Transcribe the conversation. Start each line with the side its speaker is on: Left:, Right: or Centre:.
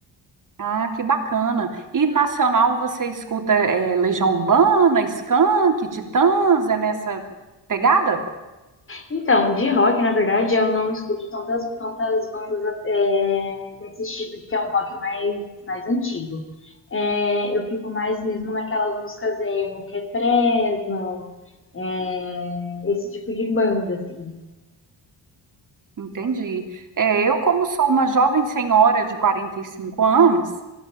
Right: Ah, que bacana. E nacional você escuta é, Legião Urbana, Skank, Titãs, é nessa pegada?
Left: Então, de rock, na verdade, eu não escuto tantas, tantas bandas é, desse estilo, que é um rock mais, mais antigo. É, eu fico mais mesmo naquelas músicas emo, que é Fresno, é, esse tipo de banda, assim.
Right: Entendi. É, eu, como sou uma jovem senhora de 45 anos,